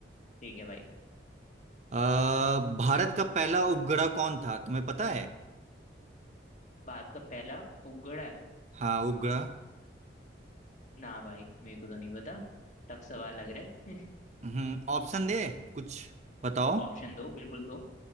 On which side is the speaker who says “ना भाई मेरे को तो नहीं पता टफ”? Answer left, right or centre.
Left